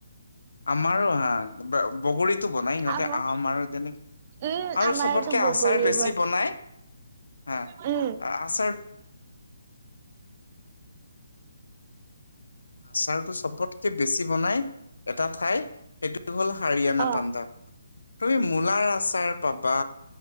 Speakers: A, on the left; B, on the right.
A: আমাৰো হা বগৰীত। বনাই সিহঁতে
B: আমাৰ
A: আম আৰু তেনেকে
B: উম
A: আৰু
B: আমাৰতো
A: চবতকে
B: বগৰীৰ
A: আচাৰ বেছি বনাই। হা
B: উম।
A: আচাৰ আচাৰতটো চবতকে বেছি বনাই এটা ঠাই। সেইটো হ'ল হাৰিয়ানা
B: অ
A: পাঞ্জাৱ তুমি মূলা আচাৰ পাবা।